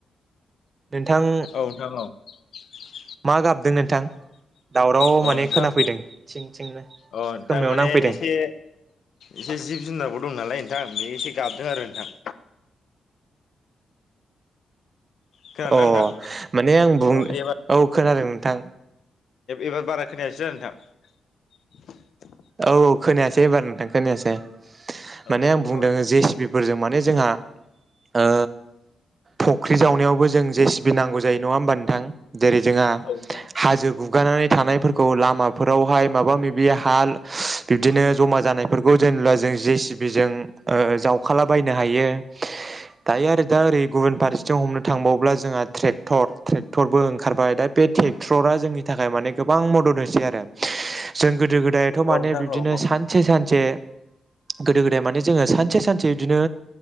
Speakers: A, on the right; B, on the left.
A: नोंथां
B: औ <inaudible>
A: मा गाबदों नोंथां? दावराव
B: अ
A: माने
B: नोंथां
A: खोनाफैदों थिं थिंनो खोमायाव
B: अ नोंथां माने
A: नांफैदों।
B: एसे एसे जिब-जुनारबो दं नालाय नोंथां बे एसे गाबदों आरो नोंथां। खोनादोंना
A: अ
B: नोंथां
A: माने आं बुं
B: औ दे
A: औ खोनादों नोंथां।
B: एबार बारा खोनायासै दा नोंथां।
A: औ औ खोनायासै एबार नोंथां खोनायासै माने
B: औ एबार
A: आं बुंदों
B: सावरायफिनदो
A: जे जि बिफोरजों माने जोंहा ओ फख्रि जावनायावबो जों जे सिबि नांगौ जायो नङा होमबा नोंथां? जेरै जोंहा
B: औ नोंथां
A: हाजो गुगानानै थानायफोरखौ लामाफोरावहाय माबा माबि हाल बिब्दिनो जमा जानायफोरखौ जेनेब्ला जों जे सि बिजों ओ जावखालाबायनो हायो। दायो आरो दा ओरै गुबुन फारसेथिं हमनो थांबावब्ला जोंहा ट्रेक्टर ट्रेक्टरबो ओंखारबाय दा ट्रेक्टरा जोंनि थाखाय माने गोबां मदद होसै आरो। जों गोदो-गोदाय थ' माने
B: औ नोंथां
A: बिबदिनो
B: औ
A: सानसे सानसे गोदो गोदाय माने जोङो सानसे सानसे बिदिनो